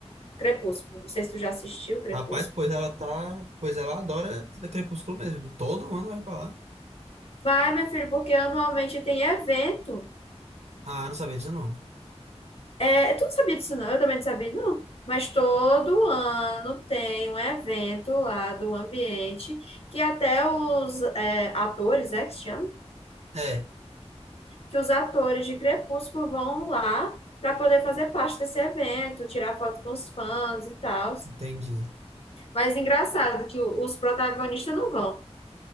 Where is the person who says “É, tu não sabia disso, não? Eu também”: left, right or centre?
Left